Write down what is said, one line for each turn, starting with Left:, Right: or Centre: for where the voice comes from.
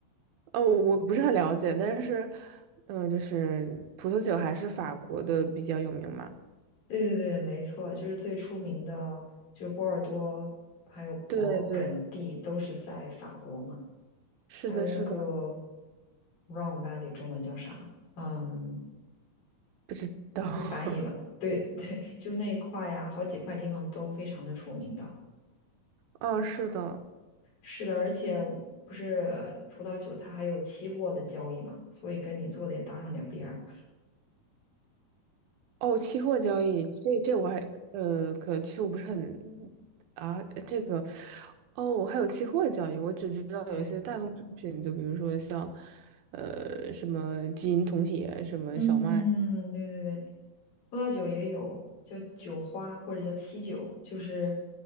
Right: 哦，我不是很了解，但是，嗯、就是葡萄酒还是法国的比较有名嘛？
Left: 对对对，没错，就是最出名的，就是波尔多还有勃艮第都是在法国嘛。
Right: 对对，是的，
Left: 还有那个
Right: 是的，
Left: Rhone Valley 中文叫啥？嗯，
Right: 不知道。
Left: 不会翻译了。
Right: <laughs>
Left: 对 <laughs> 对，就那一块呀，好几块地方都非常的出名的。
Right: 哦，是的，
Left: 是的，而且不是葡萄酒，它还有期货的交易嘛，所以跟你做的也搭上点儿边儿。
Right: 哦，期货交易，这这我还呃，可其实我不是很啊，这个哦，我还有期货交易，我只知道有一些大宗商品，
Left: 对，
Right: 就比如说像呃什么金银铜铁，什么小麦。
Left: 嗯，对对对，葡萄酒也有叫酒花或者叫期酒，就是